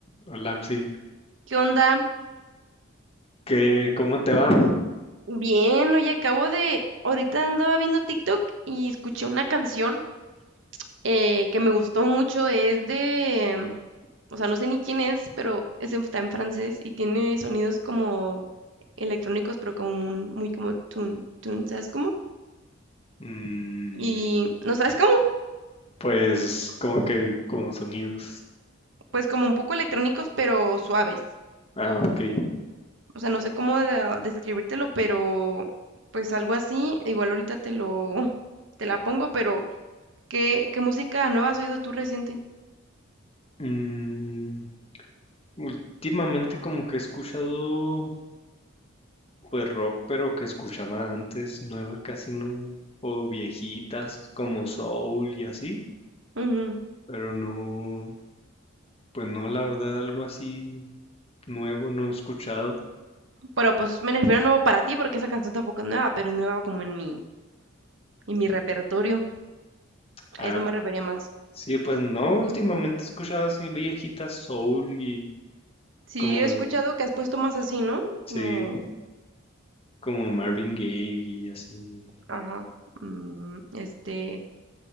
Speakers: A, on the left; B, on the right.
A: Hola, Amsi.
B: ¿Qué onda?
A: ¿Qué, cómo te va?
B: Bien, oye, acabo de, ahorita andaba viendo TikTok y escuché una canción eh, que me gustó mucho, es de, o sea, no sé ni quién es, pero es en- está en francés y tiene sonidos como electrónicos, pero como muy, muy como tun, tun, ¿sabes cómo?
A: Mm,
B: Y, ¿no sabes cómo?
A: pues, como que, como sonidos.
B: Pues como un poco electrónicos, pero suaves.
A: Ah, ok.
B: O sea, no sé cómo de- describírtelo, pero pues algo así, igual ahorita te lo, te la pongo, pero... ¿Qué, qué música nueva has oído tú reciente?
A: Mm, últimamente como que he escuchado, pues, rock, pero que escuchaba antes, nueva casi no, o viejitas como soul y así,
B: Ujú.
A: pero no, pues no, la verdad, algo así nuevo no he escuchado.
B: Pero pues me refiero a nuevo para ti porque esa canción tampoco es nueva, pero es nueva como en mi, en mi repertorio.
A: Ah,
B: A eso me refería más.
A: sí, pues no, últimamente he escuchado así viejitas soul y
B: Sí,
A: como,
B: he escuchado que has puesto más así, ¿no? Como,
A: sí. Como Marvin Gaye y así.
B: ajá, mm, este,